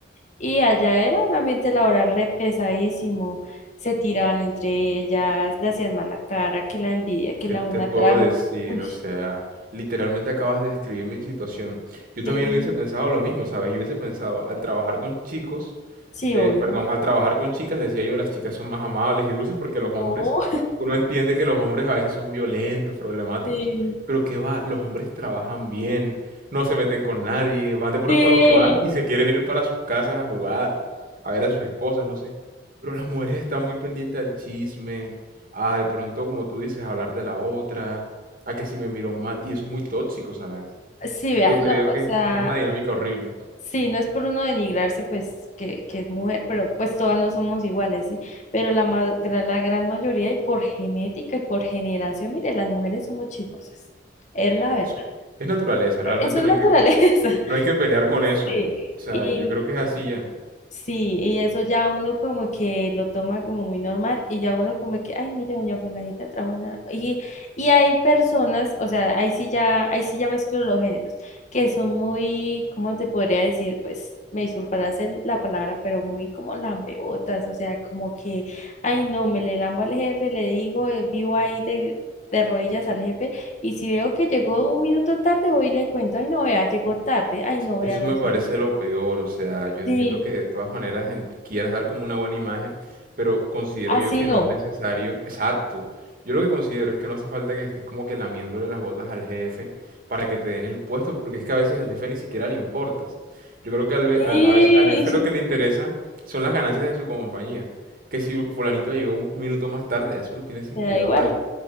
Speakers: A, on the left (about 40°); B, on the right (about 50°).
A: Y allá era un ambiente laboral re pesadísimo. Se tiraban entre ellas, le hacían mala cara, que la envidia, que
B: ¿Qué
A: la
B: te
A: una
B: puedo
A: trajo.
B: decir?
A: Uy,
B: O sea, literalmente acabas de describir mi situación. Yo
A: sí,
B: también hubiese pensado lo mismo, ¿sabes? Yo hubiese pensado, al trabajar con chicos,
A: sí,
B: eh,
A: obvio.
B: perdón, al trabajar con chicas, decía yo, las chicas son más amables y dulces porque
A: No,
B: los hombres, uno entiende que los hombres a veces son violentos, problemáticos,
A: <laughs> sí,
B: pero qué va, los hombres trabajan bien, no se meten con nadie, van de pronto
A: sí.
B: a lo que van y se quieren ir para sus casas a jugar, a ver a sus esposas, no sé. Pero las mujeres están muy pendientes al chisme, a de pronto, como tú dices, a hablar de la otra, a que si me miro mal, y eso es muy tóxico, ¿sabes?
A: Sí,
B: Yo
A: vea,
B: creo
A: no, o
B: que
A: sea,
B: es una dinámica horrible.
A: sí, no es por uno denigrarse, pues, que, que es mujer, pero pues todas no somos iguales, ¿sí? Pero la, ma- gra- la gran mayoría, y por genética y por generación, mire, las mujeres somos chismosas. Es la verdad.
B: Eso es naturaleza,
A: e-
B: realmente
A: Es su
B: no
A: naturaleza.
B: hay que No hay que pelear
A: <laughs>
B: con eso.
A: Sí,
B: O sea,
A: y
B: yo creo que es así ya.
A: sí, y eso ya uno como que lo toma como muy normal y ya uno como que, ay, mire, doña fulanita trabaja en la-". Y, y hay personas, o sea, ahí sí ya, ahí sí ya mezclo los géneros, que son muy, ¿cómo te podría decir? Pues, me disculparás el- la palabra, pero muy como lambeotas, o sea, como que, ay, no, me le lambo al jefe, le digo, eh, vivo ahí de... de rodillas al jefe y si veo que llegó un minuto tarde voy y le cuento, ay no vea, llegó tarde, ay no vea,
B: Eso
A: no
B: me
A: sé
B: parece
A: qué.
B: lo peor. O sea, yo entiendo
A: Sí,
B: que de todas maneras en- quieras dar como una buena imagen, pero considero
A: así
B: yo que
A: no.
B: no es necesario. Exacto. Yo lo que considero es que no hace falta que estés como que lamiéndole las botas al jefe para que te den el puesto, porque es que a veces al jefe ni siquiera le importas. Yo creo que al, ve-
A: Sí,
B: al- a veces, al jefe
A: <laughs>
B: lo que le interesa son las ganancias de su compañía. Que si fulanito llegó un minuto más tarde, a eso lo tiene sin
A: me
B: cuidado
A: da igual.
B: a él.